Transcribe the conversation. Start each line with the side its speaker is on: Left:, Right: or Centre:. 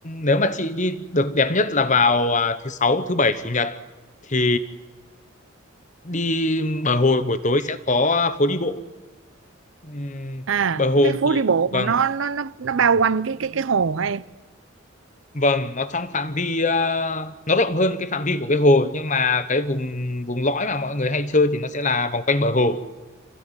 Left: nếu mà chị đi được đẹp nhất là vào à, thứ sáu thứ bảy chủ nhật thì đi bờ hồ buổi tối sẽ có phố đi bộ Ừm,
Right: à
Left: bờ hồ
Right: cái phố
Left: thì
Right: đi bộ
Left: vâng
Right: mà nó nó nó nó bao quanh cái cái cái hồ hả em
Left: vâng nó trong phạm vi à, nó rộng hơn cái phạm vi của cái hồ nhưng mà cái vùng vùng lõi mà mọi người hay chơi thì nó sẽ là vòng quanh bờ hồ